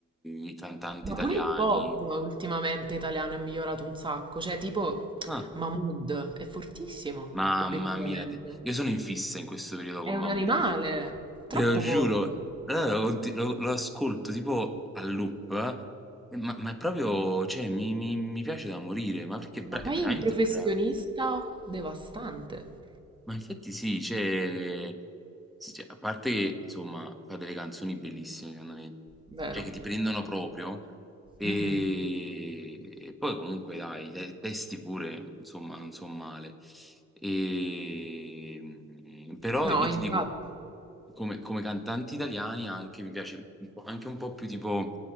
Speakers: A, in the centre; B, on the right.
A: i cantanti
B: Ma
A: italiani.
B: pure il pop ultimamente italiano è migliorato un sacco, cioè tipo
A: Ah,
B: Mahmood è fortissimo,
A: mamma
B: obiettivamente.
A: mia, te- io sono in fissa in questo periodo
B: È
A: con
B: un
A: Mahmood,
B: animale,
A: sì.
B: troppo
A: te lo giuro.
B: forte,
A: Allora lo, conti- lo- lo ascolto tipo a loop, eh, ma, ma è proprio, cioè, mi, mi- mi piace da morire, ma perché è, bra-
B: ma poi
A: è veramente
B: è un professionista
A: bravo.
B: devastante,
A: Ma infatti sì, cioè, sì, cioè, a parte che insomma fa delle canzoni bellissime secondo me,
B: vero?
A: cioè che ti prendono proprio e,
B: Mhm.
A: e poi comunque dai, i te- testi pure insomma non sono male. E, mm, però
B: No,
A: io
B: infatti.
A: ti dico, come, come cantanti italiani anche mi piace un po', anche un po' più tipo,